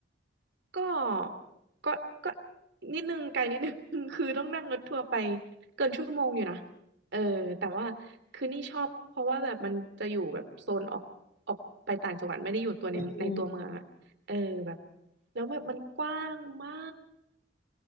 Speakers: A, on the right; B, on the left.
A: ก็ก็ก็นิดนึงไกลนิดนึง <laughs> คือต้องนั่งรถทัวร์ไปเกินชั่วโมงอยู่นะเออแต่ว่าคือนี่ชอบเพราะว่าแบบมันจะอยู่แบบโซนออกออกไปต่างจังหวัดไม่ได้อยู่ตัวในในตัวเมืองอะเออแบบ
B: อืม
A: แล้วแบบมันกว้างมา